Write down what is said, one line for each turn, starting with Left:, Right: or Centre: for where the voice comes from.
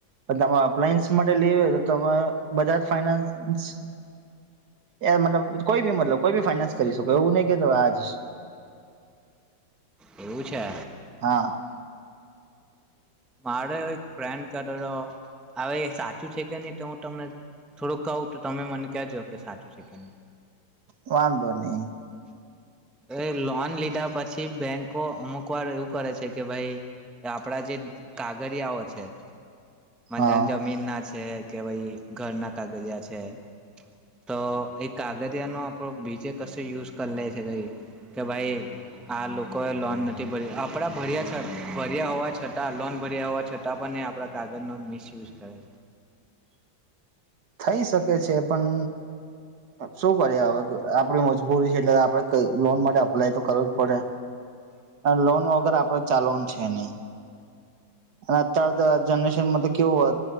Right: પણ તમારે અપ્લાયન્સ માટે લેવી હોય તો તમે બજાજ ફાઈનાન્સ એ મતલબ કોઈ બી મતલબ કોઈ બી ફાઈનાન્સ કરી શકો એવું નહી કે તો આજ
Centre: એવું છે
Right: હા
Centre: મારે એક ફ્રેન્ડ કરતો હતો હવે સાચું છે કે નહી તો હું તમને થોડુંક કહું તો તમે મને કહેજો કે સાચું છે કે નહી
Right: વાંધો નહી
Centre: એ લોન લીધા પછી બેંકો અમુક વાર એવું કરે છે કે ભાઈ આપડા જે કાગડીયાઓ છે બજા
Right: હા
Centre: જમીન ના છે જે કે ભાઈ ઘરના કાગડિયા છે તો એ કાગડિયાનો આપણો બીજે કશ યુઝ કરી લે છે કઈ કે ભાઈ આ લોકો એ લોન નથી ભર્યું આપડા ભર્યા છે ભર્યા હોવા છતાં છતાં લોન ભર્યા હોવા છતાં પણ એ આપણા કાગજ નો મિસયુઝ કરે છે
Right: થઈ શકે છે પણ શું કરીએ હવે આપણી મજબૂરી છે એટલે આપડે લોન માટે અપ્લાય તો કરવું જ પડે લોન વગેર આપડ ચાલવાનું છે નહી અને અત્યારે જનરેશનમાં તો કેવું